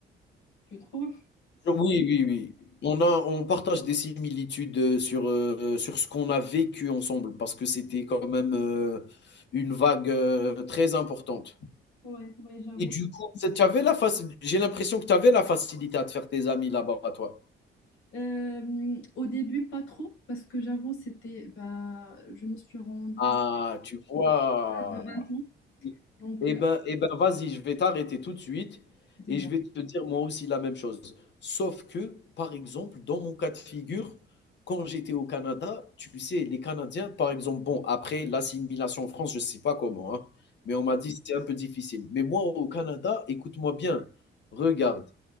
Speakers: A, on the left (about 85°); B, on the left (about 60°).
A: je trouve.
B: Oui, oui, oui. On a on partage des similitudes, heu, sur, heu, sur ce qu'on a vécu ensemble parce que c'était quand même, heu, une vague, heu, très importante
A: Ouais, ouais, j'avoue.
B: et du coup, tu tu avais la faci j'ai l'impression que tu avais la facilité à te faire tes amis là-bas, toi.
A: Euh, au début, pas trop, parce que j'avoue, c'était, bah, je me suis rendue
B: Ah, tu vois?
A: de 20 ans,
B: Mmh.
A: donc
B: Eh
A: euh,
B: ben eh ben, vas-y, je vais t'arrêter tout de suite
A: dis-moi.
B: et je vais te dire moi aussi la même chose. Sauf que, par exemple, dans mon cas de figure, quand j'étais au Canada, tu sais, les Canadiens, par exemple, bon, après l'assimilation en France, je ne sais pas comment, hein, mais on m'a dit: que «C'était un peu difficile». Mais moi, au Canada, écoute-moi bien, regarde,